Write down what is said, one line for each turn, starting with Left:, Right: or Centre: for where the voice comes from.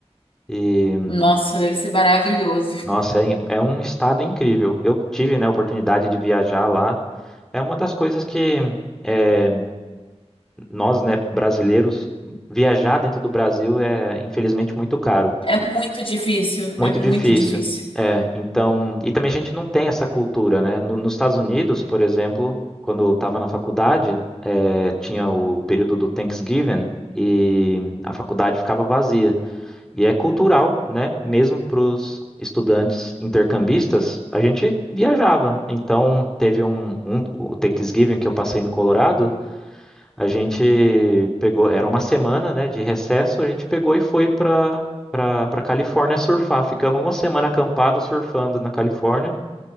Centre: e
Left: Nossa, deve ser maravilhoso.
Centre: Nossa, é, é um estado incrível. Eu tive, né, a oportunidade de viajar lá. É uma das coisas que eh, nós, né, brasileiros, viajar dentro do Brasil é, infelizmente, muito caro,
Left: É muito difícil,
Centre: muito
Left: é muito
Centre: difícil.
Left: difícil.
Centre: É, então, e também a gente não tem essa cultura, né? No- nos Estados Unidos, por exemplo, quando eu estava na faculdade, eh, tinha o período do Thanksgiving e a faculdade ficava vazia. E é cultural, né? Mesmo para os estudantes intercambistas, a gente viajava. Então, teve um, um o Thanksgiving que eu passei no Colorado, a gente pegou, era uma semana, né, de recesso, a gente pegou e foi para para para Califórnia surfar. Ficamos uma semana acampado surfando na Califórnia.